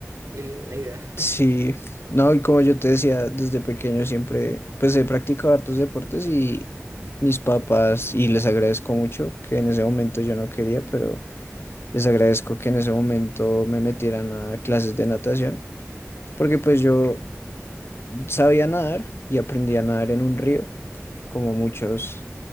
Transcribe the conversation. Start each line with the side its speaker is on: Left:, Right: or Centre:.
Right: el- la idea.
Left: Sí, no, y como yo te decía, desde pequeño siempre, pues he practicado hartos deportes y mis papás, y les agradezco mucho que en ese momento yo no quería, pero les agradezco que en ese momento me metieran a clases de natación, porque pues yo sabía nadar y aprendí a nadar en un río, como muchos